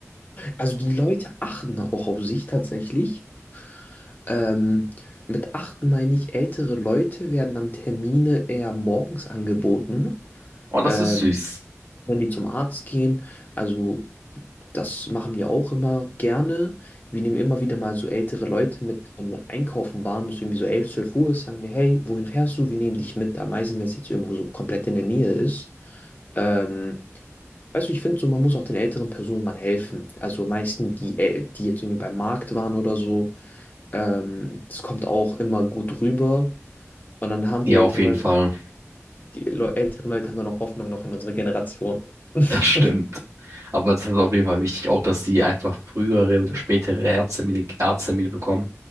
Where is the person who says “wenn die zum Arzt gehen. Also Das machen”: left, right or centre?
Left